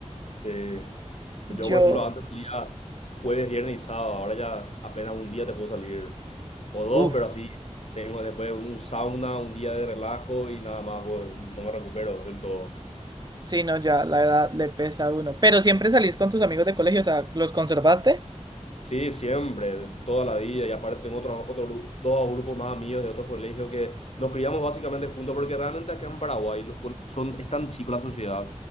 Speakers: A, on the left; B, on the right.
A: Sí. Pues Yo,
B: Yo,
A: por ejemplo, antes salía jueves, viernes y sábado, ahora ya apenas un día te puedo salir. o dos,
B: uff,
A: pero así tengo después un sauna, un día de relajo y nada más, pues, no me recupero del todo.
B: sí, no, ya la edad le pesa a uno. Pero siempre salís con tus amigos de colegio, o sea, ¿los conservaste?
A: Sí, siempre, toda la vida, y aparte tengo otros otro, gru- dos grupos más amigos de otros colegios que nos criamos básicamente juntos, porque realmente acá en Paraguay los, col- son, es tan chico la sociedad